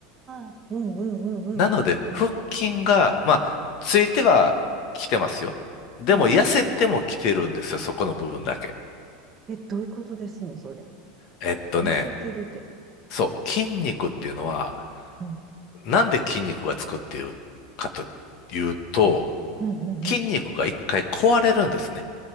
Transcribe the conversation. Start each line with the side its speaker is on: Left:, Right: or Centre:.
Right: あ、うんうんうんうん。
Left: なので、腹筋が、
Right: え、
Left: まあ、ついてはきてますよ。でも、
Right: うん。
Left: 痩せてもきてるんですよ、そこの部分だけ。
Right: え、どういうことですの、それ。
Left: えっとね、
Right: 痩せてるで。
Left: そう、筋肉っていうのは、
Right: うん、
Left: なんで筋肉がつくっていうかというと、
Right: うん。うんうんうん。
Left: 筋肉が一回壊れるんですね。